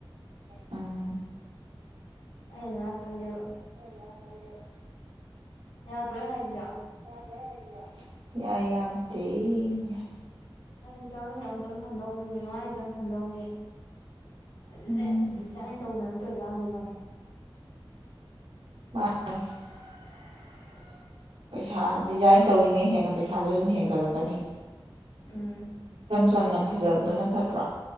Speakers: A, on the right; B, on the left.
A: ꯎꯝ
B: ꯑꯩ ꯑꯗꯨꯃꯥꯏꯅ ꯈꯜꯂꯦꯕ
A: ꯑꯩ ꯑꯗꯨꯃꯥꯏꯅ ꯈꯜꯂꯦꯕ
B: ꯌꯥꯗ꯭ꯔꯣ ꯑꯩ ꯍꯥꯏꯖꯤꯖꯨ
A: <unintelligible> ꯌꯥꯏ ꯌꯥꯝ ꯊꯤ ꯌꯥꯏ
B: <unintelligible> ꯇꯪ ꯈꯟꯗꯧꯅꯤ ꯅꯨꯃꯤꯠ ꯃꯉꯥꯅꯤꯇꯩ ꯈꯟꯗꯧꯅꯤ ꯑꯗꯨꯗ
A: ꯎꯝ
B: ꯍꯦꯛꯇ ꯗꯤꯖꯥꯏꯟ ꯇꯧꯗꯅ ꯇꯧꯏ ꯀꯩ ꯀꯥꯟꯗꯏꯅꯣ
A: <inaudible> ꯄꯩꯁꯥ ꯗꯤꯖꯥꯏꯟ ꯇꯧꯔꯤꯉꯩ ꯍꯦꯟꯅ ꯄꯩꯁꯥꯗꯣ ꯁꯨꯝ ꯍꯦꯟꯒꯠꯂꯛꯀꯅꯤ
B: ꯎꯝ
A: <unintelligible> ꯐꯖꯕꯗꯨꯅ ꯐꯠꯇ꯭ꯔꯣ